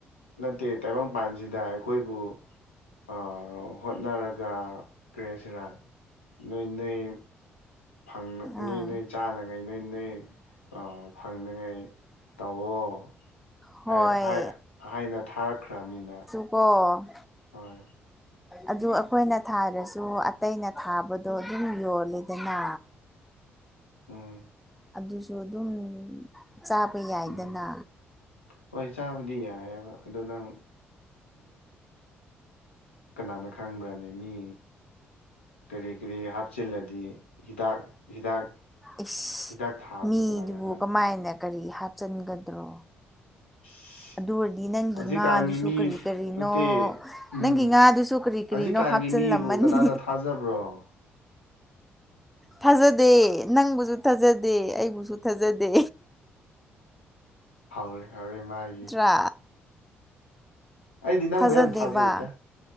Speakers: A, on the left; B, in the centre.
A: ꯅꯠꯇꯦ ꯇꯥꯏꯕꯪꯄꯥꯟꯁꯤꯗ ꯑꯩꯈꯣꯏꯕꯨ ꯑ ꯍꯣꯠꯅꯔꯒ ꯀꯔꯦꯁꯤꯅ ꯅꯣꯏ ꯅꯣꯏ ꯐꯪꯅ ꯅꯣꯏ
B: ꯑꯥ
A: ꯅꯣꯏ ꯆꯥꯅꯉꯩ ꯅꯣꯏ ꯅꯣꯏ ꯑ ꯐꯪꯅꯤꯉꯥꯏ ꯇꯧꯑꯣꯣ
B: ꯍꯣꯏ
A: ꯍꯥꯢ ꯍꯥꯢ ꯍꯥꯏꯅ ꯊꯥꯔꯛꯈ꯭ꯔꯅꯤꯅ
B: ꯑꯣ
A: ꯍꯣꯏ
B: ꯑꯗꯨ ꯑꯩꯈꯣꯏꯅ ꯊꯥꯔꯁꯨ ꯑꯇꯩꯅ ꯊꯥꯕꯗꯣ ꯑꯗꯨꯝ ꯌꯣꯜꯂꯦꯗꯅ
A: ꯎꯝ
B: ꯑꯗꯨꯁꯨ ꯑꯗꯨꯝ ꯆꯥꯕ ꯌꯥꯏꯗꯅ
A: ꯎꯝ ꯍꯣꯏ ꯆꯥꯕꯗꯤ ꯌꯥꯏꯑꯦꯕ ꯑꯗꯨ ꯅꯪ ꯀꯅꯥꯅ ꯈꯪꯕ꯭ꯔꯅꯦ ꯃꯤ ꯀꯔꯤ ꯀꯔꯤ ꯍꯥꯞꯆꯤꯜꯂꯗꯤ ꯍꯤꯗꯥꯛ ꯍꯤꯗꯥꯛ
B: ꯏꯁ
A: ꯍꯤꯗꯥꯛ ꯊꯥꯕꯁꯨ
B: ꯃꯤꯗꯨꯕꯨ
A: ꯀꯅꯥꯅ ꯈꯪ
B: ꯀꯃꯥꯏꯅ ꯀꯔꯤ ꯍꯥꯞꯆꯤꯟꯒꯗ꯭ꯔꯣ
A: <unintelligible>
B: ꯑꯗꯨ ꯑꯣꯏꯔꯗꯤ ꯅꯪꯒꯤ
A: ꯍꯧꯖꯤꯛꯀꯥꯟꯒꯤ
B: ꯉꯥꯗꯨꯁꯨ
A: ꯃꯤ
B: ꯀꯔꯤ ꯀꯔꯤꯅꯣ
A: ꯅꯠꯇꯦ ꯎꯝ
B: ꯅꯪꯒꯤ ꯉꯥꯗꯨꯁꯨ ꯀꯔꯤ ꯀꯔꯤꯅꯣ
A: ꯍꯧꯖꯤꯛꯀꯥꯟꯒꯤ
B: ꯍꯥꯞꯆꯤꯜꯂꯝꯃꯅꯤ
A: ꯃꯤꯕꯨ ꯀꯅꯥꯅ ꯊꯥꯖꯕ꯭ꯔꯣ
B: ꯊꯥꯖꯗꯦ ꯅꯪꯕꯨꯁꯨ ꯊꯥꯖꯗꯦ ꯑꯩꯕꯨꯁꯨ ꯊꯥꯖꯗꯦ
A: ꯍꯧꯥꯎꯔꯦ ꯍꯧꯔꯦ ꯃꯥꯒꯤ
B: ꯀꯥ
A: ꯑꯩꯗꯤ ꯅꯪꯕꯨ
B: ꯊꯥꯖꯗꯦꯕ
A: ꯌꯥꯝ ꯊꯥꯖꯩꯗ